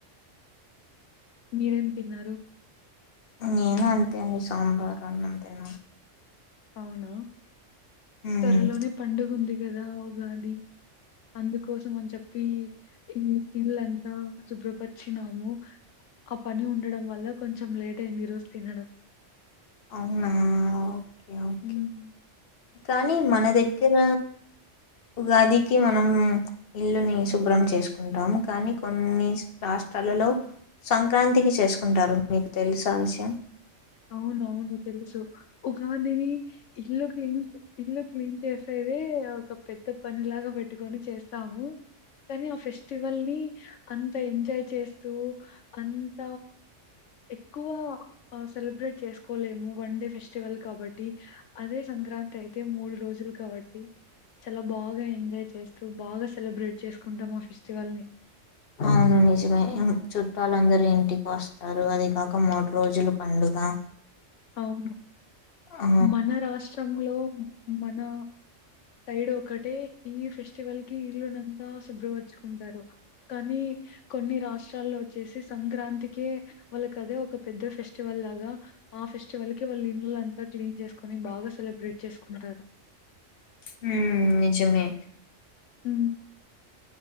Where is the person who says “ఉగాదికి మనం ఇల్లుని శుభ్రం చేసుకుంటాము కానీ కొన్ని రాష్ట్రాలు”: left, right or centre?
Left